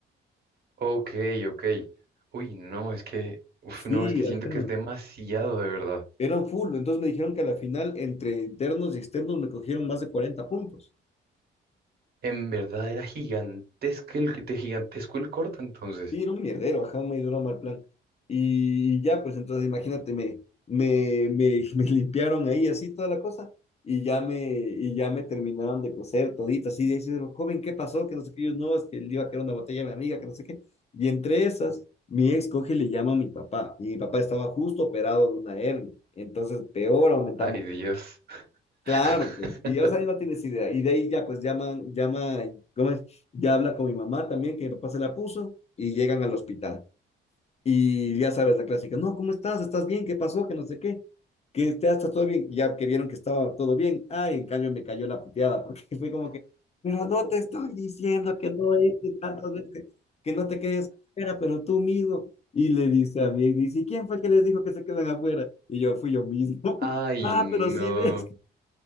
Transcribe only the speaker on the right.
Ok, ok. Uy, no, es que, uf,
no, es que siento
que es demasiado, de verdad.
En verdad era gigantesco el, de gigantesco el corta, entonces.
Ay, Dios.
<laughs>
Ay,
no.